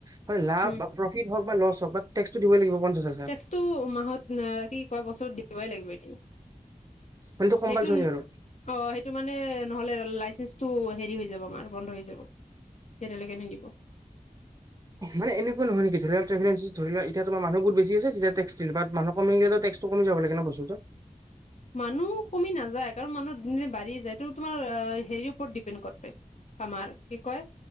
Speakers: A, on the right (about 25°); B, on the left (about 55°).
A: হয় লাভ
B: হম
A: বা প্ৰফিট হওক, ল হ বা দিব লাগিব হাজাৰ
B: টেক্স টো মাহত অ কি কয় বছৰত দিবই লাগিব, <inaudible>
A: মানে এইটো কম্পালচৰি
B: সেইটো
A: আৰু
B: অ সেইটো মানে নহলে লে তটো হেৰি হৈ যাব আমাৰ বন্ধ হৈ যাব তেতিয়ালৈকে নিদিব।
A: মান এনেকা নহয় নেকিৰি লোৱা ট্ৰেেল এেঞ্চি ধৰি লোৱা এতিয়া তোাৰ মানুহু বেছি আছেতিয়া টক্স দিল মানু কমিলে টে্টো কমি যাব লাগে ন বস্তুত
B: মানুহ কমি নাযায় কাৰণ মানুহিন বাঢ়ি যায় তটো তোমাৰ অ হেৰিৰপৰত ডিপেণ্ড কৰে। আমাৰ কি কয়?